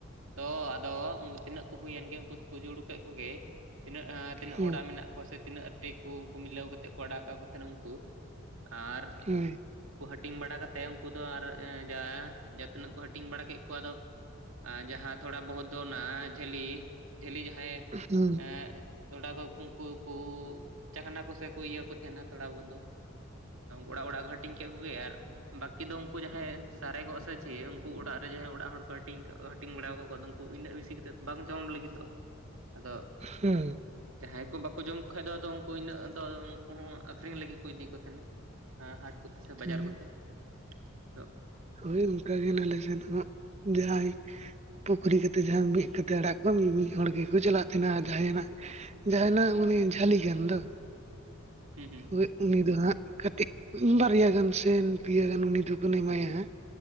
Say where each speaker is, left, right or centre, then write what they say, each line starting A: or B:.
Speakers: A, on the right (about 75°); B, on the right (about 30°).
A: ᱟᱫᱚ ᱟᱫᱚ ᱛᱤᱱᱟᱹᱜ ᱠᱚ ᱦᱩᱭᱮᱱ ᱜᱮ ᱩᱱᱠᱩ ᱫᱚᱠᱩ ᱡᱩᱲᱩ ᱠᱮᱜ ᱠᱚᱜᱮ᱾ ᱛᱤᱱᱟᱹᱜ ᱛᱤᱱᱟᱹᱜ
B: ᱦᱮᱸ
A: ᱚᱲᱟᱜ ᱢᱮᱱᱟᱜ ᱠᱚᱣᱟ ᱥᱮ ᱛᱤᱱᱟᱹᱜ᱾ ᱴᱤ ᱠᱩ ᱩᱱᱠᱩ ᱢᱤᱞᱟᱹᱣ ᱠᱟᱛᱮᱜ ᱠᱚ ᱟᱲᱟᱜ ᱠᱟᱜ ᱠᱚ ᱛᱟᱦᱮᱱᱟ ᱩᱝᱠᱩ ᱟᱨ᱾
B: ᱦᱳᱭ
A: ᱩᱱᱠᱩ ᱦᱟᱹᱴᱤᱧ ᱵᱟᱲᱟ ᱠᱟᱛᱮᱜ ᱩᱱᱠᱩ ᱫᱚ ᱟᱨ ᱡᱟ ᱡᱟ ᱛᱤᱱᱟᱹᱜ ᱠᱚ ᱦᱟᱹᱴᱤᱧ ᱵᱟᱲᱟ ᱠᱮᱜ ᱠᱚᱣᱟ ᱟᱫᱚ᱾ ᱟᱨ ᱡᱟᱦᱟᱸ ᱛᱷᱚᱲᱟ ᱵᱚᱦᱩᱛ ᱫᱚ ᱚᱱᱟ ᱡᱷᱟᱹᱞᱤ ᱡᱷᱟᱹᱞᱤ ᱡᱟᱦᱟᱸᱭᱮ
B: ᱦᱩᱸ
A: ᱮᱸ᱾ ᱛᱷᱚᱲᱟ ᱠᱚ ᱠᱩᱝᱠᱩ ᱦᱟᱹᱠᱩ ᱪᱟᱠᱷᱱᱟ ᱠᱚᱥᱮ ᱠᱚ ᱤᱭᱟᱹ ᱠᱚ ᱛᱟᱦᱮᱱᱟ ᱛᱷᱚᱲᱟ ᱵᱚᱦᱩᱛ ᱫᱚ᱾ ᱚᱲᱟᱜ ᱚᱲᱟᱜ ᱠᱚ ᱦᱟᱹᱴᱤᱧ ᱠᱮᱜ ᱠᱚᱜᱮ ᱟᱨ᱾ ᱵᱟᱠᱤ ᱫᱚ ᱩᱝᱠᱩ ᱡᱟᱦᱟᱸᱭ ᱥᱟᱨᱮᱜᱚᱜ ᱥᱮ ᱪᱮᱜ ᱩᱱᱠᱩ ᱚᱲᱟᱜ ᱨᱮ ᱡᱟᱦᱟᱸᱭ ᱚᱲᱟᱜ ᱦᱚᱲ ᱠᱚ ᱦᱟᱹᱴᱤᱧ ᱠᱟᱜ᱾ ᱴᱤᱝ ᱵᱟᱲᱟᱣ ᱟᱠᱟᱜ ᱠᱚᱣᱟ ᱟᱫᱚ ᱩᱱᱠᱩ ᱤᱱᱟᱹᱜ ᱵᱤᱥᱤ ᱠᱟᱛᱮᱫ ᱵᱟᱝ ᱡᱚᱢ ᱞᱟᱹᱜᱤᱫᱚᱜᱼᱟ ᱟᱫᱚ᱾
B: ᱦᱩᱸ
A: ᱡᱟᱦᱟᱸᱭ ᱠᱚ ᱵᱟᱠᱚ ᱡᱚᱢ ᱠᱷᱟᱡ ᱫᱚ ᱟᱫᱚ ᱩᱱᱠᱩ ᱤᱱᱟᱹᱜ ᱫᱚ ᱩᱱᱠᱩ ᱦᱚᱸ ᱟᱠᱷᱨᱤᱧ ᱞᱟᱹᱜᱤᱜ ᱠᱚ ᱤᱫᱤ ᱠᱚ ᱛᱟᱦᱮᱱᱟ᱾ ᱦᱟᱴ ᱠᱩᱛᱮ ᱥᱮ ᱵᱟᱡᱟᱨ
B: ᱦᱳᱭ
A: ᱠᱚᱛᱮ᱾ ᱟᱫᱚ
B: ᱦᱳᱭ ᱚᱱᱠᱟ ᱜᱮ ᱱᱟᱞᱮ ᱥᱮᱱ ᱦᱟᱸᱜ
A: ᱦᱳᱭ ᱦᱳᱭ
B: ᱡᱟᱸᱦᱟᱸᱭ᱾ ᱯᱩᱠᱷᱨᱤ ᱠᱟᱛᱮ ᱡᱟᱦᱟᱸ ᱢᱤᱫ ᱠᱟᱛᱮ ᱟᱲᱟᱜ ᱠᱚᱣᱟ ᱩᱱᱤ ᱢᱤᱫ ᱦᱚᱲ ᱜᱮᱠᱚ ᱪᱟᱞᱟᱜ ᱛᱟᱦᱮᱱᱟ ᱡᱟᱦᱟᱭᱱᱟᱜ᱾ ᱡᱟᱦᱱᱟᱜ ᱢᱟᱱᱮ ᱡᱷᱟᱹᱞᱤ ᱜᱟᱱ ᱫᱚ᱾
A: ᱦᱩᱸ ᱦᱩᱸ
B: ᱦᱳᱭ ᱩᱱᱤ ᱫᱚ ᱦᱟᱸᱜ ᱠᱟᱹᱴᱤᱡ ᱵᱟᱨᱭᱟ ᱜᱟᱱ ᱥᱮ ᱯᱤᱭᱟ ᱜᱟᱱ ᱩᱱᱤ ᱫᱚᱵᱚᱱ ᱮᱢᱟᱭᱟ ᱦᱟᱸᱜ᱾